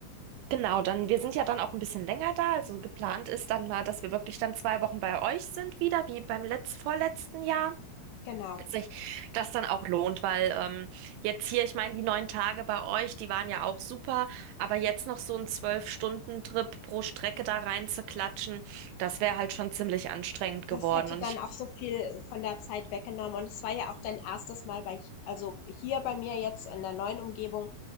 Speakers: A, on the right; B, on the left.
A: genau, dann, wir sind ja dann auch ein bisschen länger da. Also geplant ist dann mal, dass wir wirklich dann zwei Wochen bei euch sind wieder, wie beim letz vorletzten Jahr.
B: Genau.
A: sich das dann auch lohnt, weil ähm, jetzt hier, ich meine, die neun Tage bei euch, die waren ja auch super, aber jetzt noch so ein Zwölf-Stunden-Trip pro Strecke da rein zu klatschen, das wäre halt schon ziemlich anstrengend
B: Das
A: geworden.
B: hätte
A: Und
B: dann
A: ich,
B: auch so viel von der Zeit weggenommen. Und es war ja auch dein erstes Mal bei, also hier bei mir jetzt in der neuen Umgebung,